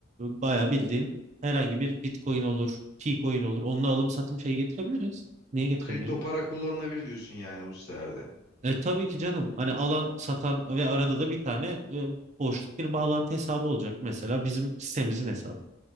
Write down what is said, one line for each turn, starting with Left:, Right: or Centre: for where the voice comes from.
Right: bayağı bildiğin herhangi bir Bitcoin olur, T-Coin olur. Onunla alım satım şeyi getirebiliriz. Niye getiremeyelim?
Left: Kripto para kullanılabilir diyorsun yani bu sitelerde.
Right: E, tabii ki canım. Hani alan, satan ve arada da bir tane e, boşluk bir bağlantı hesabı olacak. Mesela bizim sitemizin hesabı.